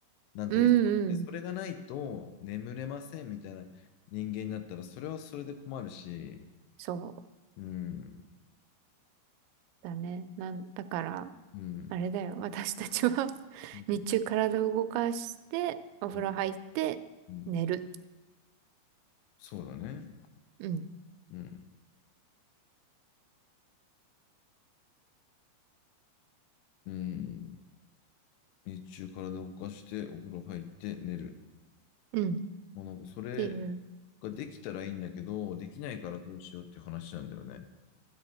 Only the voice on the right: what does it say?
うんうん。そう
だね。なん、だから、
あれだよ。私たちは <laughs>
日中体を動かして、お風呂入って、
寝る。
うん。
うん。っ
ていう。